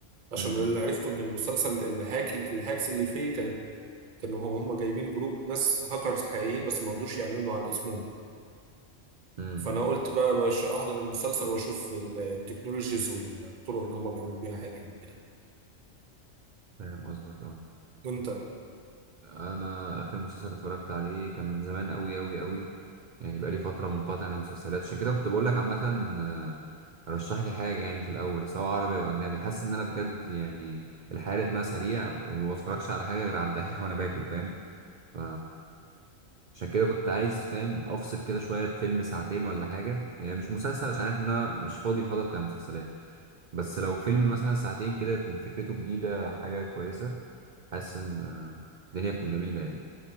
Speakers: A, on the right; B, on the right.
A: عشان
B: امم
A: اللي عرفته ان المسلسل الهاك الهاكس اللي فيه كان كانوا هم جايبين جروب ناس هاكرز حقيقيين بس ما رضوش يعلنوا عن اسمهم
B: امم
A: فانا قلت بقى باش احضر المسلسل واشوف التكنولوجيز والطرق اللي هم بيعملوا بيها هاكينج كده
B: فاهم قصدك أه
A: وانت
B: انا اخر مسلسل اتفرجت عليه كان من زمان قوي قوي قوي يعني بقالي فتره منقطع عن المسلسلات عشان كده كنت بقول لك عامه آه، رشح لي حاجه يعني في الاول سواء عربي او اجنبي حاسس ان انا بجد يعني الحياه رتمها سريع وما بتفرجش على حاجه غير على الدحيح وانا باكل فاهم ف عشان كده كنت عايز فاهم افصل كده شويه بفيلم ساعتين ولا حاجه يعني مش مسلسل عشان عارف ان انا مش فاضي الفتره بتاع المسلسلات بس لو فيلم مثلا ساعتين كده يكون فكرته جديده حاجه كويسه حاسس ان آه، الدنيا تكون جميله يعني